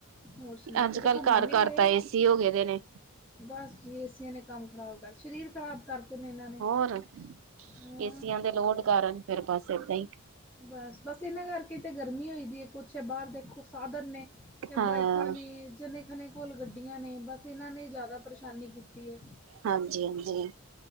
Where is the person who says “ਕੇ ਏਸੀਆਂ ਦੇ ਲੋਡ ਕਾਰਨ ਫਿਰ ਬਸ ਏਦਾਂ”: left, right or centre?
Right